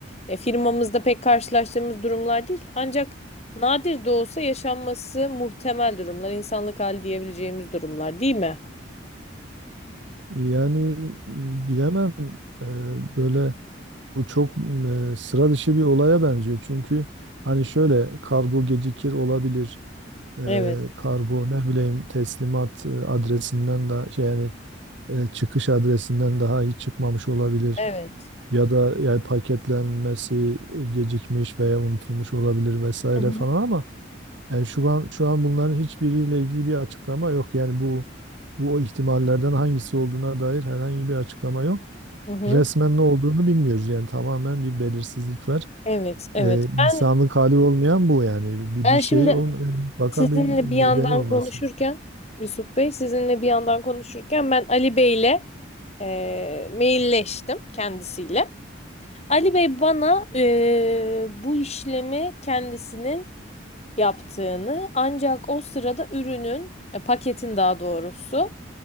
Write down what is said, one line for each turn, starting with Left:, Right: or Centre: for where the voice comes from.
Left: E, firmamızda pek karşılaştığımız durumlar değil. Ancak nadir de olsa yaşanması muhtemel durumlar, insanlık hali diyebileceğimiz durumlar, değil mi?
Right: Yani m, bilemem e, böyle bu çok m, e, sıra dışı bir olaya benziyor. Çünkü hani şöyle kargo gecikir olabilir. E,
Left: Evet,
Right: kargo ne bileyim teslimat e, adresinden de şey yani e, çıkış adresinden daha hiç çıkmamış olabilir.
Left: evet.
Right: Ya da yani paketlenmesi e, gecikmiş veya unutulmuş olabilir vesaire
Left: Hı hı.
Right: falan ama Yani şu an şu an bunların hiçbiriyle ilgili bir açıklama yok. Yani bu bu o ihtimallerden hangisi olduğuna dair herhangi bir açıklama yok.
Left: Hı hı.
Right: Resmen ne olduğunu bilmiyoruz. Yani tamamen bir belirsizlik var.
Left: Evet, evet.
Right: Ee,
Left: Ben
Right: insanlık hali olmayan bu yani. Bir,
Left: ben
Right: bir
Left: şimdi
Right: şey olmayan mutlaka
Left: sizinle
Right: bir
Left: bir yandan
Right: nedeni olmasın.
Left: konuşurken Yusuf Bey sizinle bir yandan konuşurken ben Ali Bey'le e, mailleştim kendisiyle. Ali Bey bana e, bu işlemi kendisinin yaptığını ancak o sırada ürünün e, paketin daha doğrusu